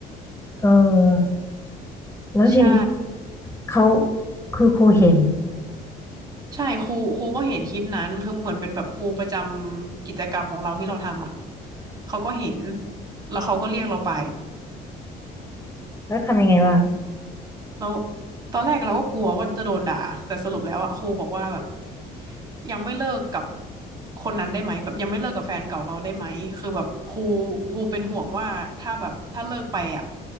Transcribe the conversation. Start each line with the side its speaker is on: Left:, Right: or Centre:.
Left: เออแล้วทีนี้
Right: ใช่
Left: เขาคือครูเห็น
Right: ใช่ครูครูก็เห็นคลิปนั้นคือเหมือนเป็นแบบครูประจำกิจกรรมของเราที่เราทำอ่ะเขาก็เห็นแล้วเขาก็เรียกเราไป
Left: แล้วทำยังไงบ้าง
Right: แล้วตอนแรกเราก็กลัวว่าจะโดนด่าแต่สรุปแล้วอ่ะครูบอกว่าแบบยังไม่เลิกกับคนนั้นได้ไหมแบบยังไม่เลิกกับแฟนเก่าเราได้ไหมคือแบบครูครูเป็นห่วงว่าถ้าแบบถ้าเลิกไปอ่ะ